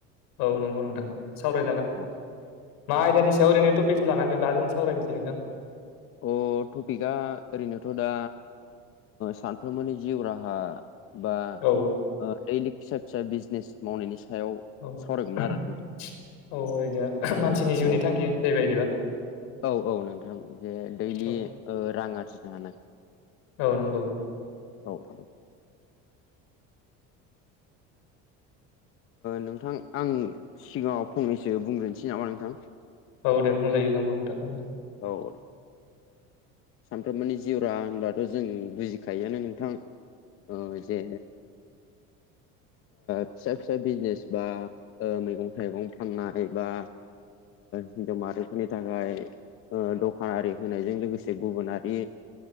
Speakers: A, on the left; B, on the left.
A: औ नंगौ नोंथां सावरायजागोन
B: अ
A: मा आयदानि सायाव ओरैनोथ' बेखौ लानानै दा जों सावरायनोसै नोंथां।
B: अ टपिकआ ओरैनोथ' दा सानफ्रोमबोनि जिउ राहा बा
A: औ
B: दैलि फिसा फिसा बिजनेस मावनायनि सायाव
A: औ
B: सावरायगौमोन
A: औ
B: आरो नोंथां
A: बायदिब मानसिनि जिउनि
B: औ
A: थांखि जाहैबायबायदिबा
B: औ औ नोंथां जे दैलि
A: औ
B: रां आरजिनो हानाय
A: औ नंगौ
B: औ औ नोंथां आं सिगाङाव फंनैसो बुंग्रोनोसै नामा नोंथां?
A: औ दे बुंजायो नांगौ होनथां बुं
B: औ दे सानफ्रोमबोनि जिउरा होनब्लाथ' जों बुजिखायोआानो नोंथां ओ जे फिसा फिसा बिजनेस बा मैगं थाइगं फाननाय बा हिन्जाव माहारिफोरनि थाखाय दखानारि होनायजों लोगोसे गुबुनारि